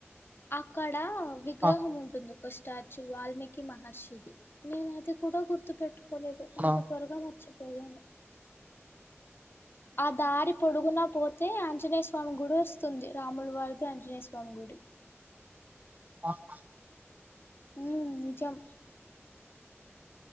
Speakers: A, on the left; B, on the right.
A: అక్కడ విగ్రహం
B: ఆ
A: ఉంటుంది ఒక స్టాచ్యూ వాల్మీకి మహర్షిది నేను అది కూడా గుర్తు పెట్టుకోలేదు అంత
B: ఆ ఆ
A: త్వరగా మర్చిపోయాను ఆ దారి పొడుగునా పోతే ఆంజనేయ స్వామి గుడి వస్తుంది రాములు వారిది ఆంజనేయ స్వామి గుడి
B: ఆహా
A: హ్మ్ నిజం